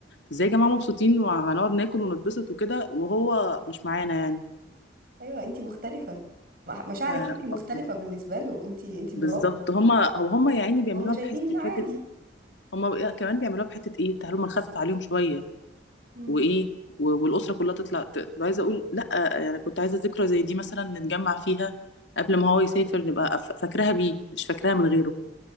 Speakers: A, on the left; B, on the right.
A: ازاي يا جماعه مبسوطين وهنقعد ناكل ونتبسط وكده وهو مش معانا يعني
B: ايوه انتي مختلفه مح- مشاعرك
A: ف-
B: انتي مختلفه بالنسبه له انتي انتي مراته
A: بالظبط هما هو هما يا عيني بيعملوها
B: هم شايفين
A: بحس
B: عادي
A: حته هما بقى- كمان بيعملوها بحته ايه تعالوا ما نخفف عليهم شويه
B: امم
A: وايه و- والاسره كلها تطلع ت- كنت عايزه اقول لا يعني كنت عايزه ذكرى زي دي مثلا نتجمع فيها قبل ما هو يسافر نبقى ف- فاكراها بيه مش فاكراها من غيره